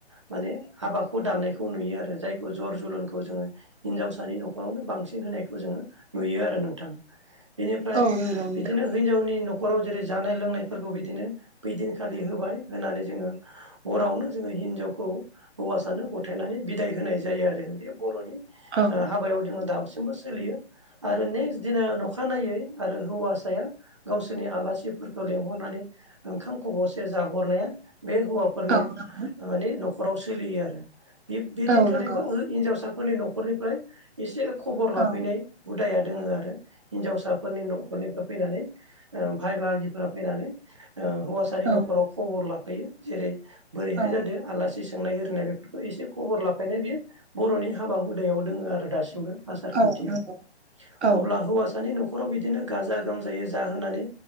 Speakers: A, on the right; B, on the right.
A: माने हाबाखौ दाननायखौ नुयो आरो जायखौ जर जलनखौ जोङो हिनजावसानि न'खर आवनो बांसिन होनायखौ जोङो नुयो आरो नोंथां बेनिफ्राय
B: औ नंगौ नोंथां
A: बिदिनो हिनजावनि न'खराव जेरै जानाय लोंनायफोरखौ बिदिनो बैदिनखालि होबाय होनानै जोङो हरावनो जोङो हिनजावखौ हौवासानो गथायनानै बिदाय होनाय जायो आरो बे बर'नि
B: औ
A: हाबायाव जोङो दासिमबो सोलियो आरो नेक्स दिना न'ख खानायै आरो हौवासाया गावसोरनि आलासिफोरखौ लेंहरनानै ओंखाम खबसे जाहरनाया बे हौवाफोरनि
B: औ
A: मानानि
B: नंगौ
A: न'खराव सोलियो आरो बेदिनखालिबो
B: औ नंगौ
A: हिनजावसा फोरनि न'खरनिफ्राय एसे खबर
B: औ
A: लाफैनाय
B: नंगौ औ
A: हुदाया दङो आरो हिन्जावसाफोरनि न'खरनिफ्राय फैनानै ओ भाय बागिफ्रा फैनानै ओ हौवानि
B: औ
A: न'खराव खबर लाफैयो जेरै बोरैहाय
B: औ
A: जादों आलासि सोंनाय ओरिनाय बेफोरखौ एसे खबर लाफैनाय बियो बर'नि हाबा हुदायाव दोङो आरो दासिमबो आसार
B: औ
A: खान्थियाव
B: नंगौ औ
A: अब्ला हौवासानि न'खर ख'राव बिदिनो गाजा गोमजायै जाहोनानै